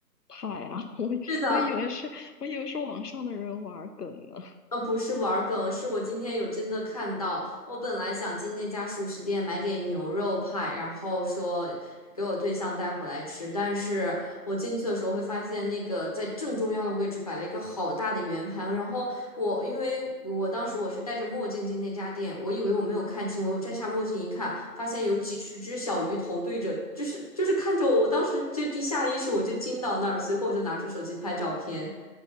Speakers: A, on the left (about 70°); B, on the left (about 20°).
A: 派啊！<laughs> 我以我以为是，
B: 是的，
A: 我以为是网上的人玩梗呢。
B: 呃，不是玩儿梗，是我今天有真的看到。我本来想进那家熟食店买点牛肉派，然后说给我对象带回来吃，但是我进去的时候会发现那个在正中央的位置摆了一个好大的圆盘，然后我因为我当时我是戴着墨镜进那家店，我以为我没有看清，我又摘下墨镜一看，发现有几十只小鱼头对着，就是就是看着我，我当时就地下意识我就惊到那儿，随后我就拿出手机拍照片，